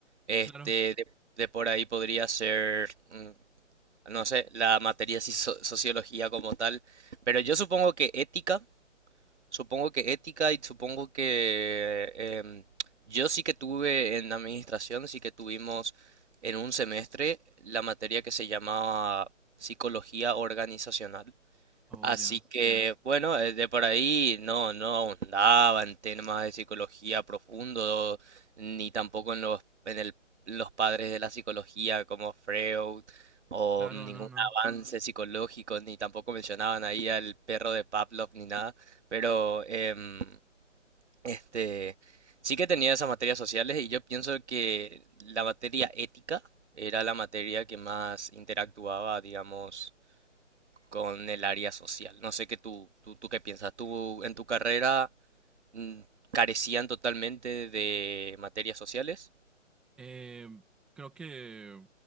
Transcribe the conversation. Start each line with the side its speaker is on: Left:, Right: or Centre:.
Right: este,
Centre: Claro.
Right: de, de por ahí podría ser... mm, no sé, la materia de sociología como tal, pero yo supongo que ética, supongo que ética y supongo que em, yo sí que tuve en administración, sí que tuvimos en un semestre la materia que se llamaba psicología organizacional
Centre: Oh,
Right: Así
Centre: ya.
Right: que, bueno, eh, de por ahí no, no ahondaba en temas de psicología profundo, ni tampoco en los, en el- los padres de la psicología como Freud, o
Centre: Claro,
Right: ningún
Centre: no, no.
Right: avance psicológico, ni tampoco mencionaban ahí al perro de Pavlov ni nada, pero em, este, sí que tenía esas materias sociales y yo pienso que la materia ética era la materia que más interactuaba, digamos con el área social. No sé qué tú, tú, tú qué piensas. ¿Tú en tu carrera mm, carecían totalmente de materias sociales?
Centre: Eh, creo que